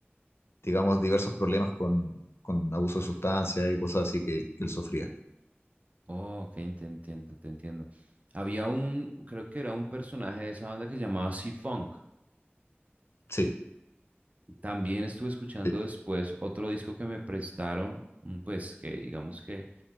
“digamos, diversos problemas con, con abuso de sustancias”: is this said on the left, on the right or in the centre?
Left